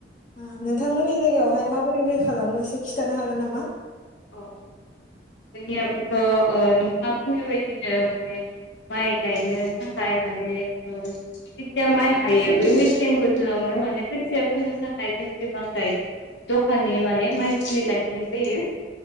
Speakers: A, on the left (about 45°); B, on the left (about 85°).
A: ओ नोंथांमोननि जायगायावहाय माबोरै बोरै खालामो एसे खिथानो हागोन नामा?
B: अ औ जोंनियाबोथ' ओ नों थां बुंनाय बायदिनो माने माइ गायनो थाखाय माने ओ जेथिया माइ हायो बे मेसें बोथोरावनो
A: औ
B: माने खोथिया फोनो थाखाय जेसेबां गायगोन दखाननि माने माइज्लि लाखिनाय जायो